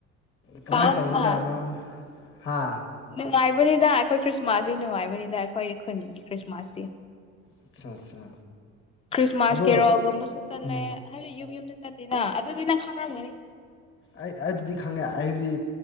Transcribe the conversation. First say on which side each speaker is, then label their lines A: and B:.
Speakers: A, on the left; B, on the left.
A: ꯀꯃꯥꯏꯅ
B: ꯂꯥꯛꯑꯣꯗꯅ
A: ꯇꯧꯕꯖꯥꯠꯅꯣ ꯍꯥ
B: ꯅꯨꯡꯉꯥꯏꯕꯅꯤꯗ ꯑꯩꯈꯣꯏ ꯈ꯭ꯔꯤꯁꯃꯥꯁꯇꯤ ꯅꯨꯡꯉꯥꯏꯕꯅꯤꯗ ꯑꯩꯈꯣꯏ ꯈꯨꯟꯒꯤ ꯈ꯭ꯔꯤꯁꯃꯥꯁꯇꯤ
A: ꯑꯠꯆꯥ ꯑꯠꯆꯥ
B: ꯈ꯭ꯔꯤꯁꯃꯥꯁ
A: ꯑꯗꯣ
B: ꯀꯦꯔꯣ ꯒꯨꯝꯕꯁꯨ ꯆꯠꯂꯦ
A: ꯎꯝ
B: ꯍꯥꯏꯕꯗꯤ ꯌꯨꯝ ꯌꯨꯝꯗ ꯆꯠꯇꯤꯅ ꯑꯗꯨꯗꯤ ꯅꯪ ꯈꯥꯡꯔꯝꯒꯅꯤ
A: ꯑꯩ ꯑꯗꯨꯗꯤ ꯈꯪꯉꯦ ꯍꯥꯏꯕꯗꯤ